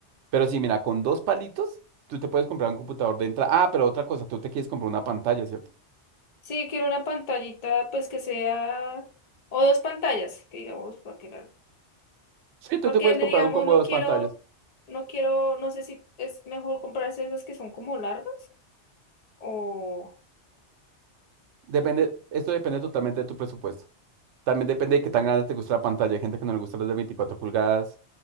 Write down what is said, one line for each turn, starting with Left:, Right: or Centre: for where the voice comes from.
Right: Pero sí, mira, con dos palitos, tú te puedes comprar un computador de entrada. Ah, pero otra cosa, tú te quieres comprar una pantalla, ¿cierto?
Left: <laughs> sí, quiero una pantallita, pues que sea... O dos pantallas, que digamos, para que la-
Right: Sí, tú
Left: Porque
Right: te puedes
Left: no-
Right: comprar
Left: digamos,
Right: un combo
Left: no
Right: de dos
Left: quiero,
Right: pantallas.
Left: no quiero, no sé si es mejor comprarse esas que son como largas o,
Right: Depende, esto depende totalmente de tu presupuesto. También depende de qué tan grande te gusta la pantalla. Hay gente que no le gustan las de 24 pulgadas,